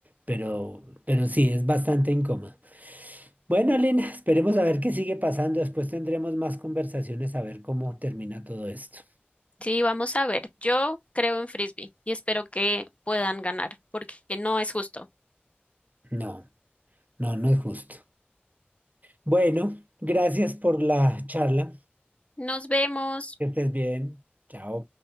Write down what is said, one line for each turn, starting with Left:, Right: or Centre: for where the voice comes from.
Right: pero, pero sí, es bastante incómodo. Bueno, Lina, esperemos a ver qué sigue pasando. Después tendremos más conversaciones a ver cómo termina todo esto.
Left: Sí, vamos a ver. Yo creo en Frisbee y espero que puedan ganar porque no es justo.
Right: No, no, no es justo. Bueno, gracias por la charla.
Left: Nos vemos.
Right: Que estés bien. Chao.